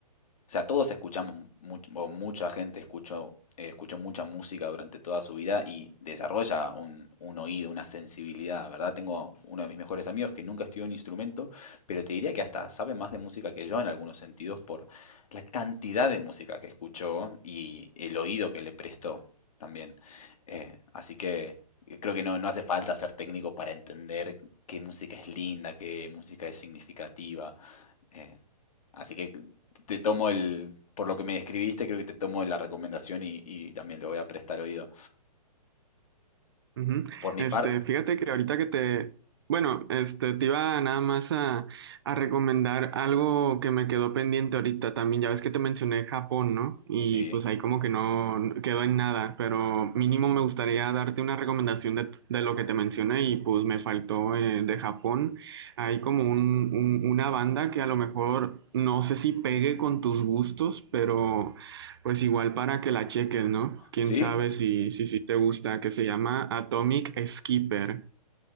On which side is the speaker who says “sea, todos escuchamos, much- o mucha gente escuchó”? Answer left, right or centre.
Left